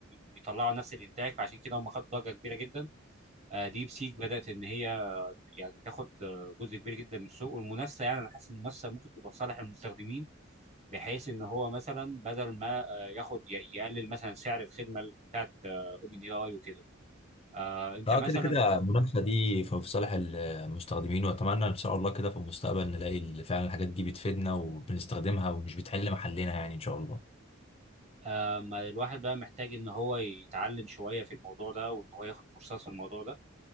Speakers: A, on the right; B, on the left.
A: ويطلعوا نفس الانتاج فعشان كده هم خدوا ضجة كبيرة جدا آه، ديب سيك بدأت ان هي يعني تاخد آه، جزء كبير جدا من السوق والمنافسة يعني انا حاسس ان المنافسة ممكن تبقى في صالح المستخدمين بحيث ان هو مثلا بدل ما آه، ياخد ي- يقلل مثلا سعر الخدمة بتاعت اوبن اي اي وكده آه، انت
B: اه
A: مثلا
B: كده كده المنافسه دي في في صالح المستخدمين واتمنى ان شاء الله كده في المستقبل نلاقي فعلا الحاجات دي بتفيدنا وبنستخدمها ومش بتحل محلنا يعني ان شاء الله
A: آه، ما الواحد بقى محتاج ان هو يتعلم شويه في الموضوع ده وان هو ياخد كورسات في الموضوع ده